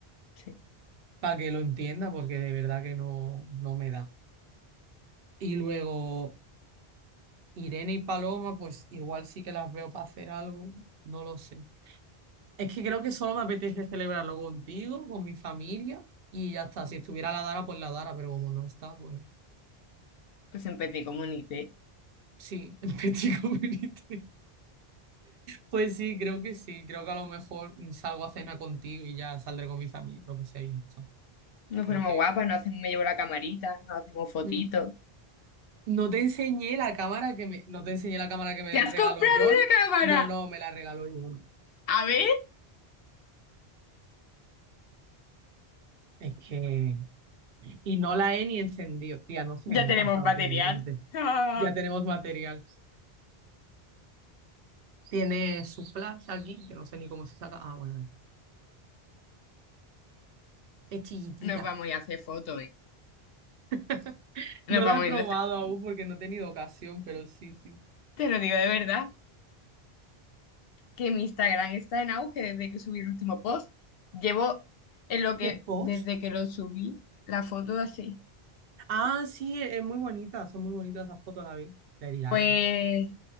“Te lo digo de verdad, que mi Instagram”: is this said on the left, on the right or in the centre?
Left